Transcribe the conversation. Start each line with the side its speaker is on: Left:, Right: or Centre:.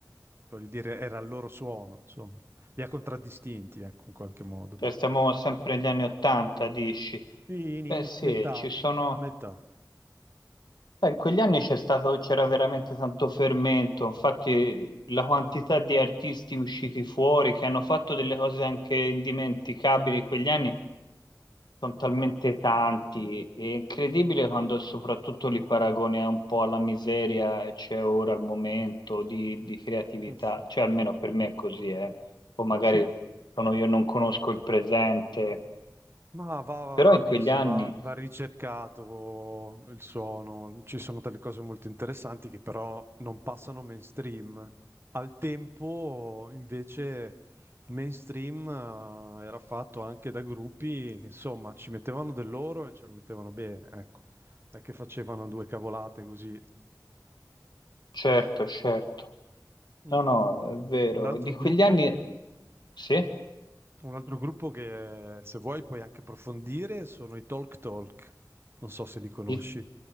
Right: voglio dire, era il loro suono, insomma, li ha contraddistinti, ecco, in qualche modo.
Left: cioè, stiamo sempre negli anni Ottanta, dici?
Right: Sì, ini-
Left: Beh, sì,
Right: metà,
Left: ci sono.
Right: metà. Mm.
Left: Beh, in quegli anni c'è stato- c'era veramente tanto fermento, infatti la quantità di artisti usciti fuori che hanno fatto delle cose anche indimenticabili in quegli anni sono talmente tanti, è incredibile quando soprattutto li paragoni a un po' alla miseria che c'è ora al momento di, di
Right: <laughs>
Left: creatività, cioè almeno per me è così, eh. O magari
Right: Sì.
Left: sono io non conosco il presente,
Right: Ma va,
Left: però
Right: va
Left: in
Right: visto,
Left: quegli anni,
Right: va, va ricercato il suono, ci sono delle cose molto interessanti che però non passano mainstream. Al tempo invece il mainstream eh, era fatto anche da gruppi che insomma ci mettevano del loro e ce lo mettevano bene, ecco, non è che facevano due cavolate così.
Left: certo, certo.
Right: Mm.
Left: No, no, è vero.
Right: Un altro
Left: Di quegli
Right: gruppo
Left: anni, sì,
Right: Un altro gruppo che se vuoi puoi anche approfondire sono i Talk Talk, non so se li conosci.
Left: li,